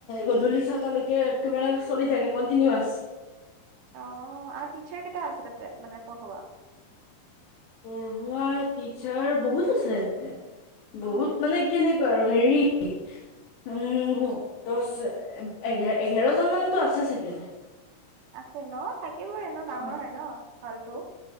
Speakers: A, on the left; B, on the right.
A: গধূলি ছটালৈকে কেমেৰা চলি থাকে কণ্টিনিৱাছ।
B: অ' আৰু টিচাৰ কেইটা আছে তাতে মানে পঢ়োৱা।
A: পঢ়োৱা টিচাৰ বহুত আছে তাতে
B: অ
A: বহুত মানে কেনেকুৱা আৰু হেৰি। <unintelligible> উম, দশ এ- এঘাৰজন মানতো আছে চাগে।
B: আছে ন থাকিবই ন ডাঙৰ
A: অ
B: হয় ন হলটো।